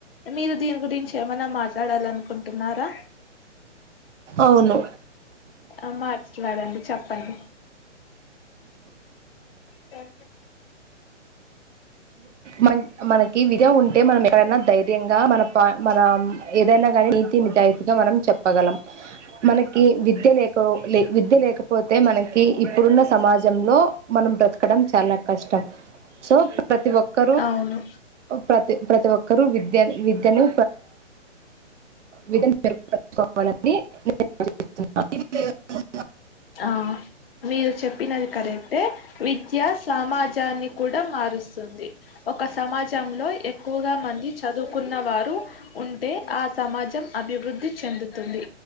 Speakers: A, on the left; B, on the right.
A: మీరు దీని గురించి ఏమైనా మాట్ మాట్లాడాలనుకుంటున్నారా
B: అవును
A: ఆ మాట్లాడండి చెప్పండి స
B: మంచి మనకి విద ఉంటే మనం ఎక్కడైనా దైర్ గా మన మనం ఏదైనా కానీ నీతి నిజాయితీగా మనం చెప్పగలం మనకి విద్య వి విద్యనేక విద్యలేఖ పోతే మనకి ఇప్పుడున్న సమాజంలో మనం బ్రతకడం చాలా కష్టం సో ప్రతి ఒక్క
A: అవును
B: ప్రతి ప్రతి ఒక్కరు విద్య విద్యను విదం పెరు <unintelligible> ుకోవాలని నేస్తున్నాను <unintelligible>
A: ఆ మీరు చెప్పినది కరెక్టే విద్య సమాజాన్ని కూడా మారుస్తుంది ఒక సమాజంలో ఎక్కువగా మంది చదువుకున్నవారు ఉంటే ఆ సమాజం అభివృద్ధి చెందుతుంది